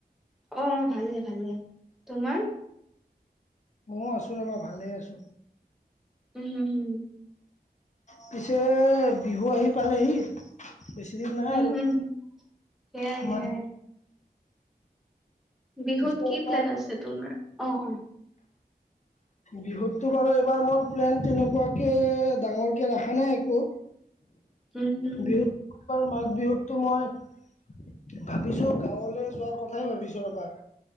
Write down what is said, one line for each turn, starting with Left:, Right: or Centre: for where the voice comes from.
Centre: অঁঅ, ভালে ভালে। তোমাৰ?
Left: মও আছোঁ ৰ'বা! ভালেই আছোঁ।
Centre: উম হুম হুম
Left: পিছে বিহু আহি পালেহি। বেছি দিন নাই
Centre: হুম
Left: আৰু।
Centre: হুম সেয়াই
Left: তোমাৰ
Centre: সেয়াই। বিহুত
Left: পিছে
Centre: কি
Left: এইবাৰ
Centre: প্লেন আছে তোমাৰ? অঁ, অঁ।
Left: বিহুতো বাৰু এইবাৰ মোৰ প্লেন তেনেকুৱাকে ডাঙৰকে ৰখা নাই একো।
Centre: উম হুম
Left: বিহুত বাৰু মাঘ বিহুতটো মই ভাবিছোঁ, গাঁৱলে যোৱা কথাই ভাবিছো ৰ'বা!